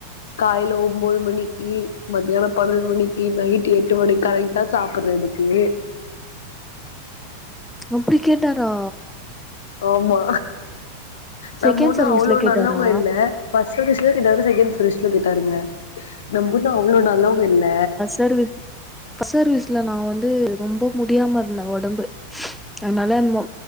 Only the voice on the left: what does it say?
காலைல ஒம்போது மணிக்கி மத்தியான பன்னண்டு மணிக்கி நைட் எட்டு மணிக்கி கரெக்டா சாப்புட்றது கு
ஆமா நம்ம
ஒன்னு
அவ்ளோ
நல்லவ்ங்க இல்ல ஃபர்ஸ்ட்ல <unintelligible> கேட்டாரு செக்கேண்ட் சுரேஷ்ல திட்டாருங்க நம்புன்ன அவ்ளோ நல்லவுங் இல்ல